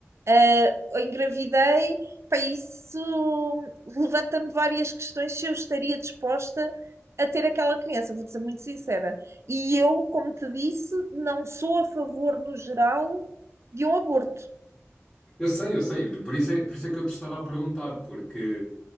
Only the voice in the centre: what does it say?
Eu sei, eu sei, por isso é, por isso é que eu te estava a perguntar, porque